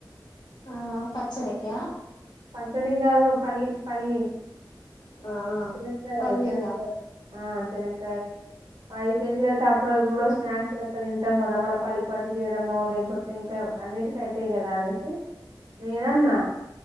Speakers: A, on the left (about 65°); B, on the right (about 75°).
A: ఆ పచ్చడక్కయా
B: పచ్చడి కాదు పల్లికి పల్లి
A: ఆ
B: చినక్కాయలు
A: పల్లీలా
B: చినకాయలు ఆ చినక్కయలు పఐదు కేజీల తప్పు ఇప్పు ఇప్పుడు స్నాక్స్ అక్కడ తింటాం కదా మళ్ళీ పల్లిపాటు చేయడమో లేకపోతే ఇంకా అన్నిటికి అైతాయి కదా అనేసి నేన అన్నా